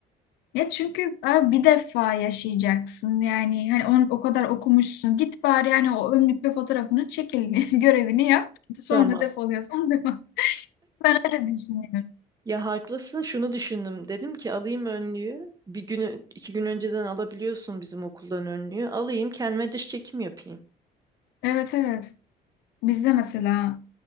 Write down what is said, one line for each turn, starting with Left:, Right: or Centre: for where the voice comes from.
Left: Ya çünkü abi bir defa yaşayacaksın yani hani onu o kadar okumuşsun git bari yani o önlükle fotoğrafını çekil <laughs> görevini yap sonra
Right: Tamam.
Left: defoluyorsan devam. <laughs> Ben öyle düşünüyorum.
Right: Ya haklısın şunu düşündüm. Dedim ki alayım önlüğü. Bir günü iki gün önceden alabiliyorsun bizim okuldan önlüğü. Alayım kendime dış çekim yapayım.
Left: Evet evet biz de mesela